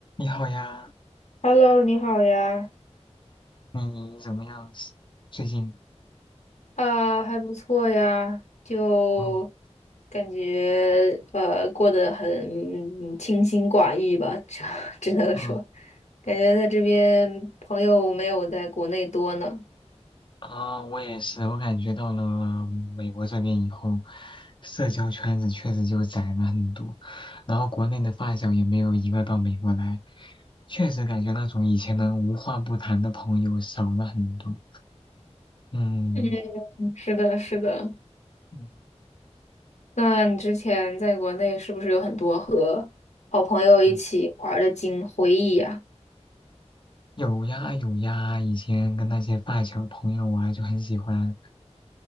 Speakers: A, on the left; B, on the left.
A: 你好呀，
B: Hello，你好呀，
A: 你怎么样？最近？
B: 啊，还不错呀，就
A: 嗯
B: 感觉呃过得很清心寡欲吧，只 <laughs> 只能说，
A: 嗯
B: 感觉在这边朋友没有在国内多呢。
A: 啊，我也是，我感觉到了美国这边以后，社交圈子确实就窄了很多，然后国内的发小也没有一个到美国来，确实感觉那种以前能无话不谈的朋友少了很多。嗯
B: 嗯，是的，是的。
A: 嗯
B: 那你之前在国内是不是有很多和好朋友一起玩儿的经回忆呀？
A: 嗯，有呀有呀，以前跟那些发小朋友啊，就很喜欢。